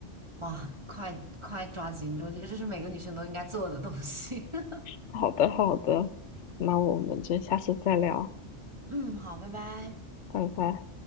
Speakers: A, on the right; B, on the left.
A: 哇，快快抓紧！我觉得这是每个女生都应该做的东西。<laughs>
B: 好的，好的，那我们就下次再聊，
A: 嗯，好，拜拜。
B: 拜拜。